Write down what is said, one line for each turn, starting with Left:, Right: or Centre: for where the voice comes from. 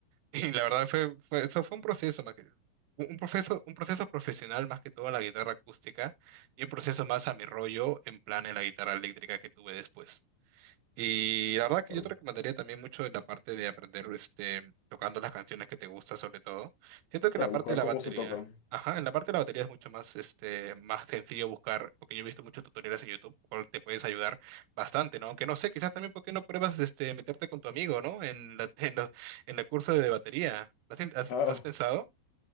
Right: Y la verdad fue, fue, eso fue un proceso más que, un un proceso, un proceso profesional más que todo a la guitarra acústica y un proceso más a mi rollo en plan en la guitarra eléctrica que tuve después. Y la verdad que
Left: Claro.
Right: yo te recomendaría también mucho la parte de aprender este, tocando las canciones que te gustan sobre todo. Siento que
Left: Claro,
Right: la parte
Left: buscar
Right: de la
Left: cómo
Right: batería,
Left: se toca.
Right: ajá, en la parte de la batería es mucho más, este, más sencillo buscar, porque yo he visto muchos tutoriales en YouTube, cual te puedes ayudar bastante, ¿no? Aunque no sé, quizás también por qué no pruebas este, meterte con tu amigo, ¿no? En la, <laughs> en los- en el curso de batería. ¿Lo has, in- has-
Left: Ah,
Right: lo has pensado?